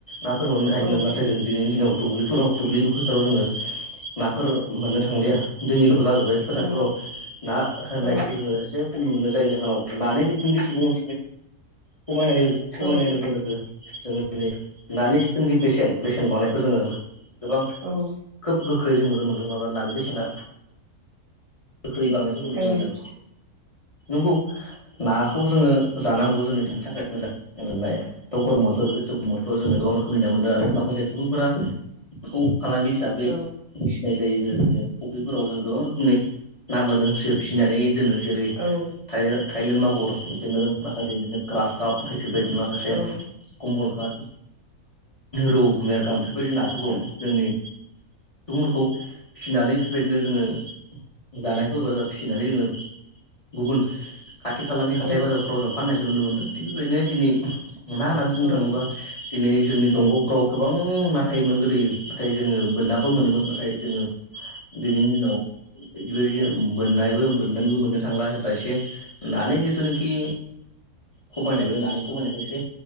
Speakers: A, on the left (about 30°); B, on the right (about 65°).
A: नाफोर
B: ओं
A: मोनो नाथाय जों दिनैनि दिनाव दुब्लिफोराव दुब्लि फोथाराव जोङो नाफोर मोननो थांलिया दैल' जाजोब्बाय फोथारफोराव
B: ओं
A: ना
B: औ
A: होनायखौ जोङो एसे नुनो जायनि जाहोनाव लानाय बिथिनि सुबुं अन सायनाय-समायनाय
B: औ
A: लोगो लोगो जोङो दिनै नानि जिथुनाखि बे बेसेन बांनायखौ जोङो गोबां
B: ओं ओं
A: खोब गोख्रोयै जों नुनो मोनदों माबा नानो बेसेना गोख्रै बांनायखौ जों नुनो
B: औ
A: मोनदों नंगौ नाखौ जोङो जानांगौ जोंनि थैनि थाखाय मोजां <unintelligible> गरम बोथोर जेथु गरम बोथोराव जोङो गोबां रोखोमनि ना मोनो आरो माखासे सुबुंफोरा बेखौ फालांगि हिसाबै
B: औ
A: मिथिनाय जायो जेरै फुख्रिफोराव जों गोबां रोखोमनि। ना मोनो फियो फिसिनानै दोनो जेरै
B: ओं औ औ ओं
A: थाइलेन थाइलेन मागुर बिदिनो माखासे बिदिनो ग्रास काप बेफोरबायदिनो माखासे
B: औ औ
A: कमल कात। रौ मेरगाम बेफोरबायदि नाफोरखौ
B: ओं
A: जोंनि सुबुंफोरखौ फिसिनानै बेबायदिनो जोङो जानायखौ हेफाजाब फिसिनानै जोङो गुबुन खाथि खालानि
B: औ
A: हाथाय
B: औ
A: बाजारफोराव जों फाननायखौ नुनो मोन्दों। खिन्थु बेबायदिनो दिनै ना होननानै बुंनो
B: ओं
A: थाङोबा दिनै जोंनि दंग'फ्राव गोबां ना थायोमोन गोदोयो नाथाय जोङो बोनना बो मोनोमोन नाथाय जोङो दिनैनि दिनाव बिदिनो बोननायबो बोननानैबो मोननो थांला बा एसे नानि जिथुनाखि खमायनाय बे नानि खमायनायख एसे